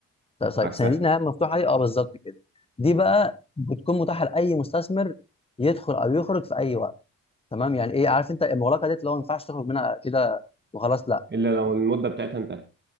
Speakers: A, on the left; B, on the right.
A: لا، طيب
B: عكسها
A: صناديق النهايه المفتوحه دي اه بالظبط كده دي
B: مم.
A: بقى بتكون متاحه لاي مستثمر يدخل او يخرج في اي وقت تمام يعني ايه عارف انت المغلقه دي اللي هو ما ينفعش تخرج منها كده وخلاص لا
B: الا لو المده بتاعتها انتهت